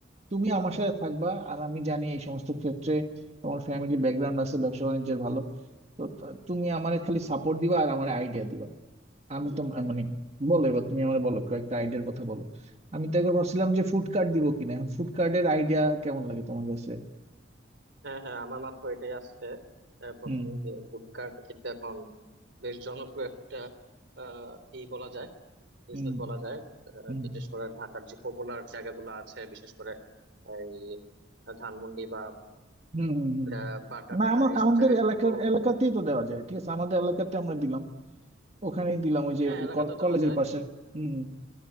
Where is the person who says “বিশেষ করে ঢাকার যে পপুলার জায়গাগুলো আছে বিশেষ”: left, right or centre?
Right